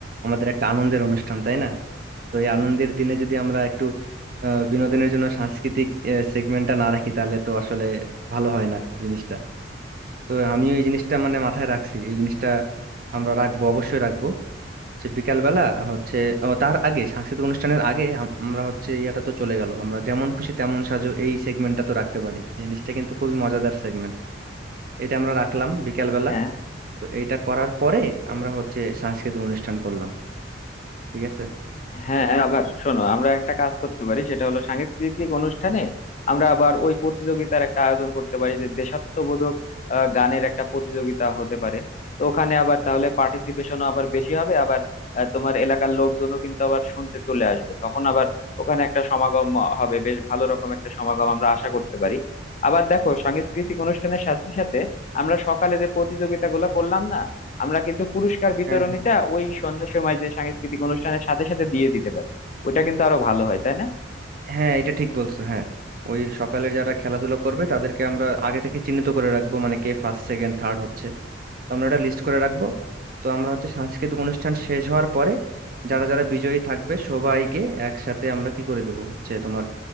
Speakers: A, on the right (about 50°); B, on the left (about 40°).
A: আমাদের একটা আনন্দের অনুষ্ঠান তাই না তো এই আনন্দের দিনে যদি আমরা একটু আহ, বিনোদনের জন্য সাংস্কৃতিক সেগমেন্টটা না রাখি তাহলে তো আসলে ভালো হয় না জিনিসটা তো আমিও এই জিনিসটা মানে মাথায় রাখছি এই জিনিসটা আমরা রাখবো অবশ্যই রাখবো সে বিকালবেলা হচ্ছে ও, তার আগে সাংস্কৃতিক অনুষ্ঠানের আগে আম- আমরা হচ্ছে ইয়াটা তো চলে গেল আমরা যেমন খুশি তেমন সাজো এই সেগমেন্টটা তো রাখতে পারি এই জিনিসটা কিন্তু খুবই মজাদার সেগমেন্ট এটা আমরা রাখলাম বিকালবেলা
B: হ্যাঁ
A: তো এইটা করার পরে আমরা হচ্ছে সাংস্কৃতিক অনুষ্ঠান করলাম ঠিক আছে
B: হ্যাঁ হ্যাঁ, আবার শোনো আমরা একটা কাজ করতে পারি সেটা হলো সাংস্কৃতিক অনুষ্ঠানে আমরা আবার ওই প্রতিযোগিতার একটা আয়োজন করতে পারি যে দেশাত্মবোধক আহ, গানের একটা প্রতিযোগিতা হতে পারে তো ওখানে আবার তাহলে পার্টিসিপেশনও আবার বেশি হবে আবার আহ, তোমার এলাকার লোকজনও কিন্তু আবার শুনতে চলে আসবে তখন আবার ওখানে একটা সমাগম হবে বেশ ভালো রকম একটা সমাগম আমরা আশা করতে পারি আবার দেখো সাংস্কৃতিক অনুষ্ঠানের সাথে সাথে আমরা সকালে যে প্রতিযোগিতাগুলো করলাম না আমরা কিন্তু পুরস্কার বিতরণীটা
A: হ্যাঁ হ্যাঁ
B: ওই সন্ধ্যার সময় যে সাংস্কৃতিক অনুষ্ঠানের সাথে সাথে দিয়ে দিতে পারি ওটা কিন্তু আরো ভালো হয় তাই না
A: হ্যাঁ এটা ঠিক বলছো হ্যাঁ ওই সকালে যারা খেলাধুলা করবে তাদেরকে আমরা আগে থেকে চিহ্নিত করে রাখবো মানে কে ফার্স্ট সেকেন্ড থার্ড হচ্ছে তো আমরা একটা লিস্ট করে রাখবো তো আমরা হচ্ছে সাংস্কৃতিক অনুষ্ঠান শেষ হওয়ার পরে যারা যারা বিজয়ী থাকবে সবাইকে একসাথে আমরা কি করে দেবো হচ্ছে তোমার